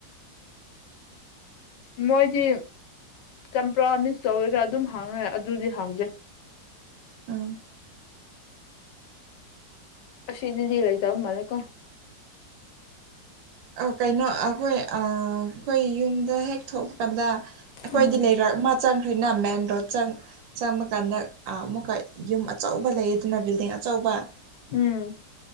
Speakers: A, on the left; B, on the right.
A: ꯃꯣꯏꯗꯤ ꯆꯝꯄ꯭ꯔꯥ ꯃꯤꯁ ꯇꯧꯒꯦꯔ ꯑꯗꯨꯝ ꯍꯥꯡꯉꯦ ꯑꯗꯨꯗꯤ ꯍꯥꯡꯗꯦ
B: ꯎꯝ
A: ꯑꯁꯤꯗꯗꯤ ꯂꯩ ꯇꯕ ꯃꯂꯦ ꯀꯣ
B: ꯑ ꯀꯩꯅꯣ ꯑꯩꯈꯣꯏ ꯑ ꯑꯩꯈꯣꯏ ꯌꯨꯝꯗ ꯍꯦꯛ ꯊꯣꯛꯄ ꯀꯥꯟꯗ ꯑꯩꯈꯣꯏꯗꯤ
A: ꯎꯝ
B: ꯂꯩꯔꯛ ꯑꯃ ꯆꯥꯡ ꯅ ꯃꯦꯟ ꯔꯣꯗ ꯆꯪ ꯆꯪꯕ ꯀꯥꯟꯗ ꯑꯃꯨꯛꯀ ꯌꯨꯝ ꯑꯆꯧꯕ ꯂꯩ ꯑꯗꯨꯅ ꯕꯤꯜꯗꯤꯡ ꯆꯥꯎꯕ
A: ꯎꯝ